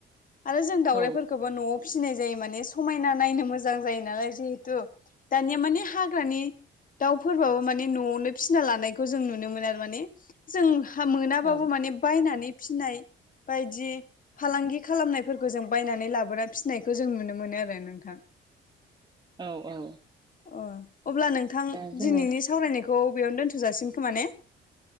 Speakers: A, on the left; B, on the right.
A: आरो जों दाउरायफोरखौ
B: औ
A: न'आव फिसिनाय जायो माने समायना नायनो मोजां जायो नालाय। जिहेतु दानिया माने हाग्रानि दाउफोरबाबो माने न'आवनो फिसिना लानायखौ जों नुनो मोनो आरो माने जोंहा मोनाबाबो
B: औ
A: माने बायनानै फिनाय बायदि। फालांगि खालामनायफोरखौ जों बायनानै लाबोना फिसिनायखौ जों नुनो मोनो आरो नोंथां।
B: औ औ
A: अ अब्ला नोंथां
B: दा जोङो
A: दिनैनि सावरायनायखौ बेयावनो दोनथ'जासिन खोमा ने